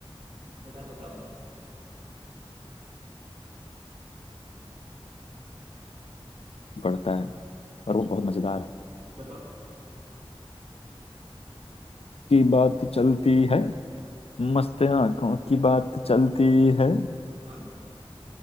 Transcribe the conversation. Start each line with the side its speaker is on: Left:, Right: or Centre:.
Right: बताओ बताओ
Left: पढ़ता है और वो बहुत मजेदार है।
Right: बताओ
Left: की बात चलती है मस्त आंखों की बात चलती है
Right: हाँ